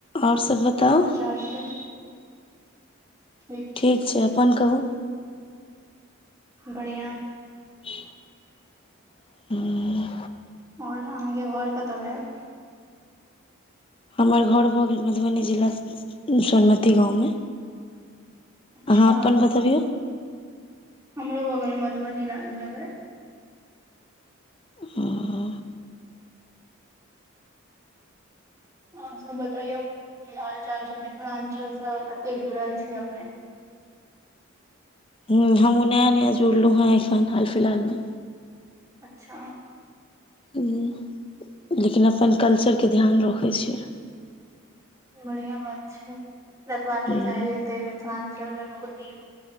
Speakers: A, on the left; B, on the right.
A: ओर सब बताउ
B: <inaudible> छै ठीक
A: ठीक छै अपन कहू
B: बढ़िआ
A: <inaudible> हूँ
B: ओर अहाँ के घर कत भेल
A: हमर घर भऽ गेल मधुबनी जिला सोरमती गाँवमे
B: अच्छा
A: अहाँ अपन बताबियौ
B: हमरो बगल म मधुबनी राजनगर
A: <inaudible>
B: ओर सब बतैयौ की हाल चाल छै मिथिलाञ्चलसँ कतेक जुड़ल छी अपने
A: ह हम नया नया जुड़लु हैं एखन हाल फिलहाल में
B: अच्छा
A: उम लेकिन अपन कल्चरके ध्यान रखै छियै।
B: बढ़ििया बात छै रखबाका के
A: हूँ
B: चाही ऐ तेमे मिथिलाञ्चलमे बहुत ही